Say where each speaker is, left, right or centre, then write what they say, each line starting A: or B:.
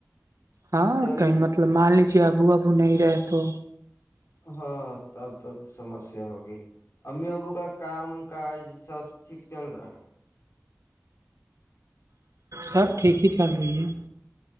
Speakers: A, on the right; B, on the left.
A: ہاں
B: چلیے
A: کہیں مطلب مالک آبو آبو نہیں رہے تو
B: ہاں تب تب سمسیا ہوگی امی ابو کا کام کاج سب ٹھیک چل رہا ہے
A: سب ٹھیک ہی چل رہی ہے